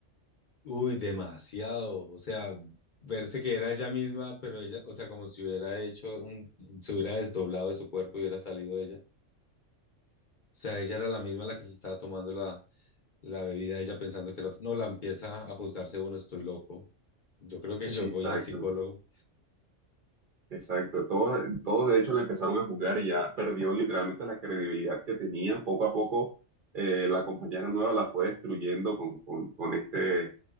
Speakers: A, on the left; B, on the right.
A: Uy, demasiado. O sea, verse que era ella misma, pero ella, o sea, como si hubiera hecho un, se hubiera desdoblado de su cuerpo y hubiera salido ella. sea, ella era la misma la que se estaba tomando la, la bebida, ella pensando que era otra. No, la empieza a juzgarse uno, estoy loco. Yo creo que yo
B: Exacto.
A: voy al psicólogo.
B: Exacto, todos, todos de hecho le empezaron a jugar y ya perdió literalmente la credibilidad que tenía. Poco a poco eh, la compañera nueva la fue destruyendo con, con, con este,